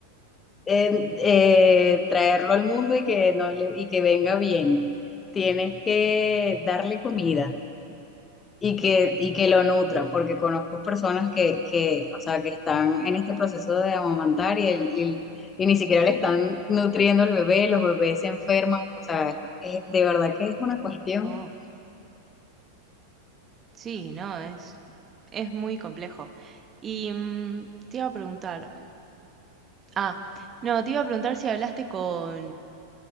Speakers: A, on the left; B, on the right.
A: eh, eh, traerlo al mundo y que, no le- y que venga bien, tienes que darle comida y que, y que lo nutra, porque conozco personas que, que, o sea, que están en este proceso de amamantar y, el, y, y ni siquiera le están nutriendo al bebé, los bebés se enferman, o sea, es- de verdad que es una cuestión.
B: Oh, sí, no, es, es muy complejo. Y mm, te iba a preguntar, ah, no, te iba a preguntar si hablaste con,